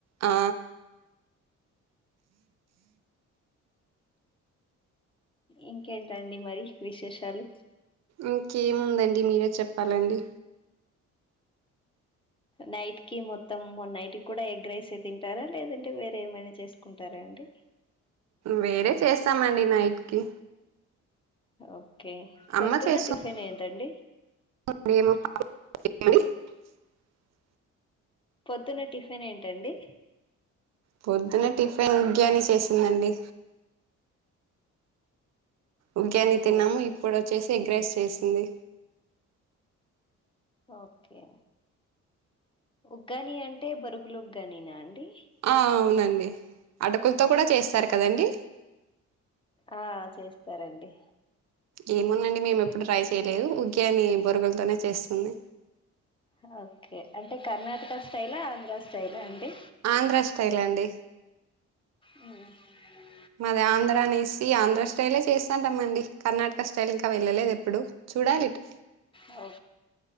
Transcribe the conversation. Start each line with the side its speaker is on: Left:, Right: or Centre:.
Right: ఆ
Left: ఇంకేంటండి మరి విశేషాలు
Right: ఇంకేముందండి మీరే చెప్పాలండి
Left: నైట్ కి మొత్తం మొన్న నైట్ కి కూడా ఎగ్ రైస్ యే తింటారా లేదంటే వేరే ఏమైనా చేసుకుంటారా అండి
Right: వేరే చేస్తామండి నైట్ కి
Left: ఓకే పొద్దున్న
Right: అమ్మ చేస్తుందండి
Left: టిఫిన్ ఏంటండి
Right: <inaudible>
Left: పొద్దున్న టిఫిన్ ఏంటండి
Right: పొద్దున టిఫిన్ ఉగ్గాని చేసిందండి ఉగ్గాని తిన్నాము
Left: ఓహో
Right: ఇప్పుడు వచ్చేసి ఎగ్ రైస్ చేసింది
Left: ఓకే ఉగ్గానీ అంటే బొరుగులు ఉగ్గాని నా అండి
Right: ఆ అవునండి అటుకులతో కూడా చేస్తారు కదండి
Left: ఆ చేస్తారండి
Right: ఏముందండి మేము ఎప్పుడు ట్రై చేయలేదు ఉగ్గాని బొరుగుల తోనే చేస్తుంది
Left: హ్ ఓకే అంటే కర్ణాటకా స్టైలా ఆంధ్ర స్టైలా అండి
Right: ఆంధ్రా స్టైల్ అండి
Left: వు
Right: మాది ఆంధ్రానేసీ ఆంధ్రా స్టై స్టైలే చేస్తాంటమ్మండి కర్ణాటక స్టైల్ ఇంకా వెళ్ళలేదు ఎప్పుడు చూడాలిటు.
Left: ఓ